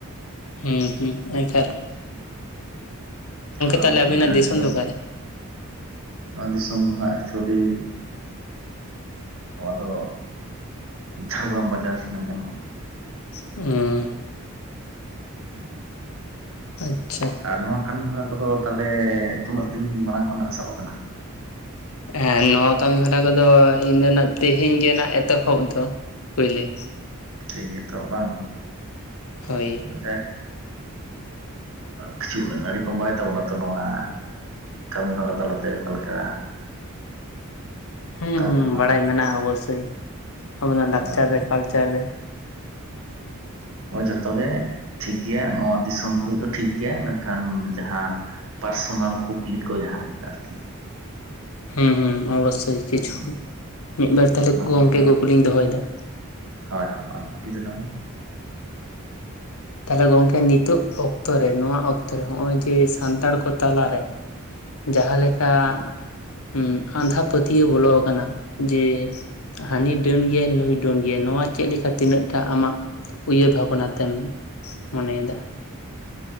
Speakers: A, on the left; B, on the right.
A: ᱦᱩᱸ ᱦᱩᱸ ᱮᱠᱟᱞ ᱾
B: ᱟᱫᱚ
A: ᱛᱟᱦᱚᱞᱮ
B: ᱱᱤᱭᱟᱹ
A: ᱟᱵᱤᱱᱟᱜ
B: ᱫᱷᱟᱹᱵᱤᱡ
A: ᱫᱤᱥᱚᱢ
B: ᱫᱚ,
A: ᱚᱠᱟᱨᱮ
B: ᱱᱚᱣᱟ ᱫᱤᱥᱚᱢ ᱫᱚ ᱦᱟᱸᱜ ᱮᱠᱪᱩᱭᱮᱞᱤ ᱱᱚᱣᱟ ᱫᱚ ᱡᱷᱟᱲᱜᱨᱟᱢ ᱵᱟᱡᱟᱨ ᱢᱮᱱ ᱜᱟᱱᱚᱜᱼᱟ ᱾
A: ᱦᱩᱸ᱾
B: <inaudible>
A: ᱟᱪᱪᱷᱟ
B: ᱟᱨ ᱱᱚᱣᱟ ᱠᱟᱹᱢᱤ ᱦᱚᱨᱟ ᱠᱚᱫᱚ ᱛᱟᱞᱮ ᱛᱩᱱᱟᱹᱜ ᱫᱤᱱ ᱢᱟᱲᱟᱝ ᱠᱷᱚᱱᱟᱜ ᱥᱟᱵ ᱟᱠᱟᱱᱟ?
A: ᱮᱸ ᱱᱚᱣᱟ ᱠᱟᱹᱢᱤ ᱦᱚᱨᱟ ᱠᱚᱫᱚ ᱤᱧ ᱫᱚ ᱱᱟᱜ ᱛᱮᱦᱮᱸᱧ ᱜᱮᱱᱟᱜ ᱮᱛᱚᱦᱚᱵ ᱫᱚ ᱾ ᱞᱟᱹᱭᱞᱟᱹ
B: ᱴᱷᱤᱠ ᱜᱮ ᱛᱚ ᱵᱟᱝ᱾
A: ᱦᱳᱭ
B: <inaudible> ᱠᱷᱤᱪᱩᱜ ᱟᱹᱱᱟᱹᱨᱤ ᱠᱚ ᱵᱟᱲᱟᱭ ᱛᱟᱵᱚᱱᱟ ᱛᱚ, ᱱᱚᱣᱟ ᱠᱟᱹᱢᱤ ᱦᱚᱨᱟ ᱛᱟᱞᱟᱛᱮ ᱚᱠᱟ ᱞᱮᱠᱟ <unintelligible>
A: ᱦᱩᱸ
B: ᱚᱠᱟ
A: ᱦᱩᱸ
B: ᱞᱮᱠᱟ ᱵᱟᱝ
A: ᱵᱟᱲᱟᱭ ᱢᱮᱱᱟᱜᱼᱟ ᱚᱵᱚᱥᱥᱳᱭ᱾ ᱟᱵᱚᱱᱟᱜ ᱞᱟᱠᱪᱟᱨ
B: ᱦᱳᱭ
A: ᱨᱮ ᱠᱟᱞᱪᱟᱨ ᱨᱮ᱾
B: ᱚ ᱡᱚᱛᱚ ᱜᱮ ᱴᱷᱤᱠ ᱜᱮᱭᱟ ᱱᱚᱣᱟ ᱫᱤᱥᱚᱢ ᱫᱷᱟᱹᱵᱤᱡ ᱫᱚ ᱴᱷᱤᱠ ᱜᱮᱭᱟ ᱢᱮᱱᱠᱷᱟᱱ ᱡᱟᱦᱟᱸ ᱯᱟᱨᱥᱚᱱᱟᱞ ᱠᱩᱠᱞᱤ ᱠᱚ ᱡᱟᱦᱟᱸ ᱞᱮᱠᱟ ᱟᱨᱠᱤ
A: ᱦᱩᱸ ᱦᱩᱸ ᱚᱵᱚᱥᱥᱳᱭ ᱠᱤᱪᱷᱩ
B: ᱚᱱᱟ
A: ᱢᱤᱫ ᱵᱟᱨ ᱛᱟᱦᱚᱞᱮ
B: ᱚᱱᱟ
A: ᱜᱚᱝᱠᱮ
B: ᱠᱚᱫᱚ ᱦᱟᱸᱜ
A: ᱠᱩᱠᱞᱤᱧ ᱫᱚᱦᱚᱭᱮᱫᱟ᱾
B: ᱦᱳᱭ ᱦᱳᱭ ᱢᱟ ᱫᱚ ᱠᱩᱞᱤ ᱛᱮᱞᱟᱝ ᱢᱮ᱾
A: ᱛᱟᱦᱚᱞᱮ ᱜᱚᱝᱠᱮ ᱱᱤᱛᱚᱜ ᱚᱠᱛᱚ ᱨᱮ ᱱᱚᱣᱟ ᱚᱠᱛᱚ ᱨᱮ ᱦᱚᱜᱼᱚᱭ ᱡᱮ ᱥᱟᱱᱛᱟᱲ ᱠᱚ ᱛᱟᱞᱟᱨᱮ ᱡᱟᱦᱟᱸ ᱞᱮᱠᱟ ᱩᱸᱢ ᱟᱸᱫᱷᱟ ᱯᱟᱹᱛᱭᱟᱹᱣ ᱵᱚᱞᱚ ᱠᱟᱱᱟ ᱡᱮ ᱦᱟᱹᱱᱤ ᱰᱟᱹᱱ ᱜᱮᱭᱟᱭ ᱱᱩᱭ ᱰᱳᱹᱱ ᱜᱮᱭᱟᱭ ᱱᱚᱣᱟ ᱪᱮᱫ ᱞᱮᱠᱟ ᱛᱤᱱᱟᱹᱜ ᱴᱟᱜ ᱟᱢᱟᱜ ᱩᱭᱦᱟᱹᱨ ᱵᱷᱟᱵᱽᱱᱟ ᱛᱮᱢ ᱢᱚᱱᱮᱭᱮᱫᱟ᱾